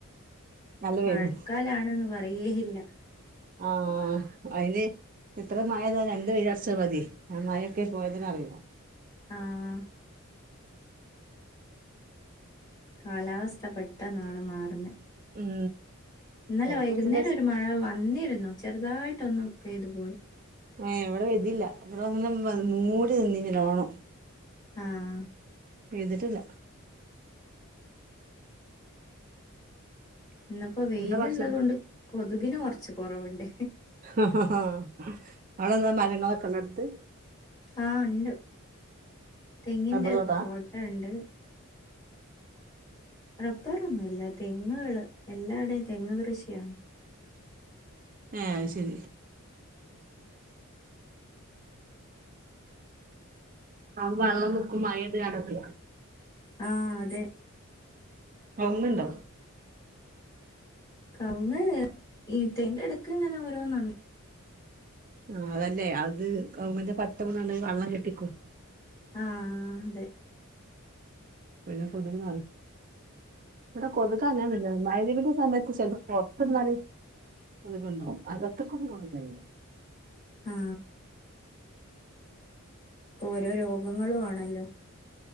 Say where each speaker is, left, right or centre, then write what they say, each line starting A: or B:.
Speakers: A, on the right; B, on the left.
A: നല്ല വെയിലും
B: മഴക്കാലാണ് പറയേയില്ല
A: ആഹ അതിന് എത്ര മാഴ പയ്താലും രണ്ട് വെയിലറച്ച മതി ആ മഴൊക്കെ പോയതന്നെ അറിയില്ല
B: ആഹ കാലാവസ്ഥ പെട്ടെന്നാണ് മാറുന്നത്
A: ഉം
B: ഇന്നലെ
A: ചെലപ്പോ
B: വൈകുന്നേരം
A: ഇച്ചിരി
B: ഒരു മഴ വന്നിരുന്നു ചെറുതായിട്ടൊന്ന് പെയ്തു പോയി
A: ആഹ ഇവിടെ ഇല്ല അത് ഇങ്ങനെ മൂടി നിന്നിനി നല്ലോണം
B: ആഹ
A: പെയ്തിട്ടില്ല
B: ഇന്നപ്പോ വെയിലുള്ളത്
A: എന്താ ഭക്ഷണം
B: കൊണ്ട് കൊതുകിനെ കുറച്ച് കുറവുണ്ട്
A: ആഹ ആഹ അവിടെന്താ മരങ്ങളെക്കണ്ടെടുത്ത്
B: ആഹ ഉണ്ട് തെങ്ങിന്റെ
A: റബ്ബർ തോട്ടാ
B: തോട്ടുണ്ട് റബ്ബർൊന്നുംല്ല തെങ്ങുകള് എല്ലാടയും തെങ്ങ് കൃഷിയാണ്
A: ഏഹ് അത് ശരി ആ വെള്ളം മഴപെയ്തക്കണ്ട്
B: ആഹ അതെ
A: കൗങ്ങ് ഉണ്ടോ
B: കൗങ്ങ് ഈത്തേന്റെ ഇടക്ക് ഇങ്ങനെ ഓരോന്നുണ്ട്
A: ആ അതല്ലേ അത് കൗങ്ങ്ന്റെ പട്ട വീണ് ക്കാണ്ട് വെള്ളം കെട്ടിക്കും
B: ആഹ അതെ
A: പിന്നെ കൊതുക് നല്ലോണം ഇവിടെ കൊതുക് അങ്ങനെ ഇല്ല മഗ്‌രിബ് ന്റെ സമയത്ത് ചെലപ്പോ പുറത്തുന്നാല് അത് കണ്ടോ അകത്തേക്ക് പോകാൻ കഴിയല്ല.
B: മ് ഓരോ രോഗങ്ങളും ആണല്ലോ.